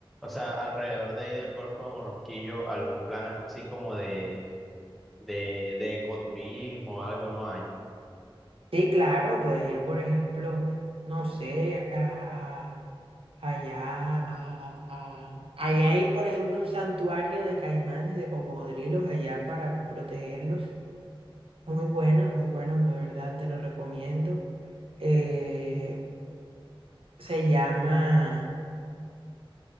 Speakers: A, in the centre; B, on the right.
A: sea, alrededor de ahí del Golfo de Morrosquillo, algún plan así como de, de, de ecoturismo, algo no hay.
B: Sí, claro, puedes ir, por ejemplo, no sé, a, a- allá, a- a- allá hay, por ejemplo, un santuario de caimanes, de cocodrilos allá para protegerlos. Muy buena, muy bueno de verdad te lo recomiendo. Eh, se llama,